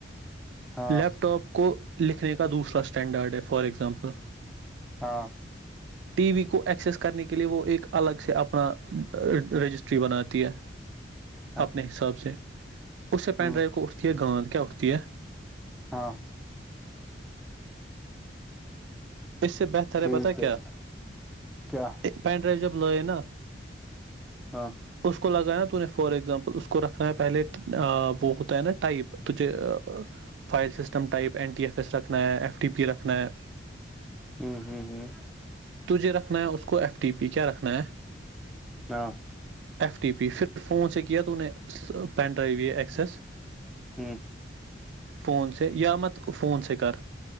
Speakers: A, in the centre; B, on the right.
A: ہاں
B: لیپ ٹاپ کو لکھنے کا دوسرا اسٹینڈرڈ ہے فار اگزامپل
A: ہاں
B: ٹی وی کو ایکسس کرنے کے لیئے وہ ایک الگ سے اپنا رجسٹری بناتی ہے
A: <inaudible>
B: اپنے حساب سے اس سے پین
A: ہوں
B: ڈرائیو کو اٹھتی ہے گاند کیا اٹھتی ہے
A: ہاں
B: اس سے بہتر
A: ٹھیک
B: پتا
A: ہے
B: کیا
A: کیا
B: پین ڈرائیو جب لئے نا
A: ہاں
B: اس کو لگانا تو نے فار ایگزامپل اس کو رکھنا ہے پہلے وہ ہوتا ہے نا ٹائپ تجھے file system type N T F S رکھنا ہے ایف ٹی پی رکھنا ہے
A: ہاں ہوں ہوں
B: توجھے رکھنا ہے اس کو ایف ٹی پی کیا رکھنا ہے
A: ہاں
B: ایف ٹی پی پھر فون سے کیا تو نے پین ڈرائیو یہ ایکسس
A: ہوں
B: فون س سے یا مت فون س کر